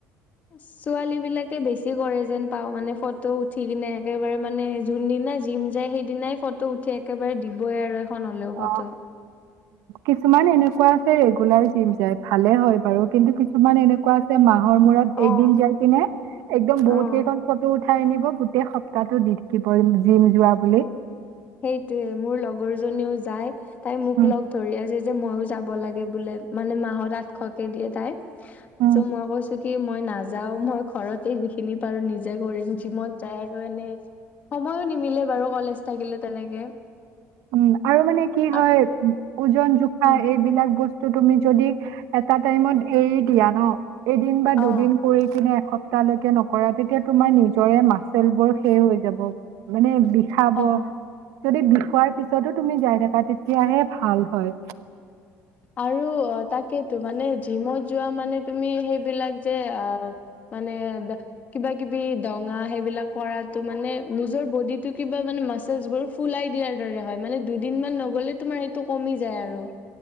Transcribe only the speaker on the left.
ছোৱালীবিলাকে বেছি কৰে যেন পাওঁ, মানে ফটো উঠি কিনে একেবাৰে মানে যোনদিনা জিম যায় সেই দিনাই ফটো উঠি একেবাৰে দিবই আৰু এখন হলেও ফটো।
অ
অ অ
সেইটোয়ে মোৰ লগৰজনীও যাই তাই মোক
লগ ধৰি আছে। যে মইয়ো যাব লাগে বোলে মানে, মাহত আঠশকে দিয়ে তাই
চ মই কৈছো কি মই নাযাও মই ঘৰতে যিখিনি পাৰো নিজে কৰিম জিমত যাই আৰু এনে সময়ো নিমিলে বাৰু কলেজ থাকিলে তেনেকে।
আৰ
উম,
অ
অ
আৰু অ তাকেতো মানে জিমত যোৱা মানে তুমি সেইবিলাক যে অ মানে দে কিবা কিবি দঙা সেইবিলাক কৰাতো মানে নিজৰ বডিটো কিবা মানে মাচেলছবোৰ ফুলাই দিয়াৰ দৰে হয় মানে দুদিন মান নগ'লে তোমাৰ সেইটো কমি যায় আৰু।